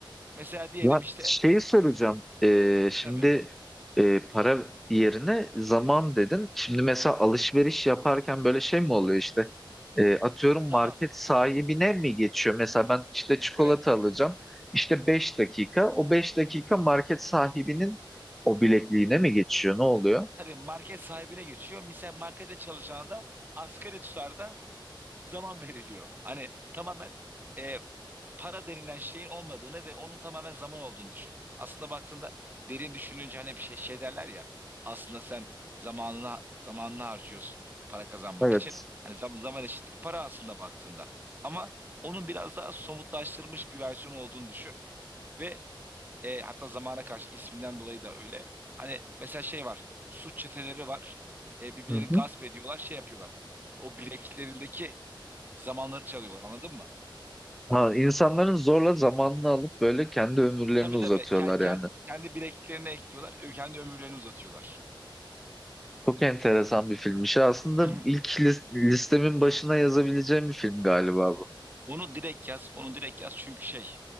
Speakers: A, on the right; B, in the centre.
A: Mesela diyelim
B: Ya
A: işte
B: şeyi soracağım. Ee, şimdi
A: tabii
B: e, para yerine zaman dedin. Şimdi mesela alışveriş yaparken böyle şey mi oluyor işte? Ee, atıyorum
A: zaman
B: market sahibine mi geçiyor? Mesela ben işte çikolata
A: evet
B: alacağım. İşte 5 dakika. O 5 dakika market sahibinin o bilekliğine mi geçiyor? Ne oluyor?
A: tabii market sahibine geçiyor. Mesela markette çalışana da asgari tutarda zaman veriliyor. Hani tamamen e, para denilen şeyin olmadığını ve onun tamamen zaman olduğunu düşün. Aslında baktığında derin düşününce hani bir şey, şey derler ya aslında sen zamanına zamanını harcıyorsun para kazanmak
B: Evet.
A: için. Hani zaman, zaman eşittir para aslında baktığında. Ama onun biraz daha somutlaştırılmış bir versiyonu olduğunu düşün. Ve e, hatta zamana karşı isminden dolayı da öyle. Hani mesela şey var suç çeteleri var. E, birbirlerini
B: Hı hı.
A: gasp ediyorlar şey yapıyorlar. O bileklerindeki zamanları çalıyorlar anladın mı?
B: Ha, insanların zorla zamanını alıp böyle kendi ömürlerini
A: Tabii
B: uzatıyorlar
A: tabii. Ken- ken-
B: yani.
A: kendi bileklerine ekliyorlar. Kendi ömürlerini uzatıyorlar.
B: Çok enteresan bir filmmiş. Aslında
A: Hı hı.
B: ilk lis- listemin başına yazabileceğim bir film galiba bu.
A: Onu direkt yaz. Onu direkt yaz. Çünkü şey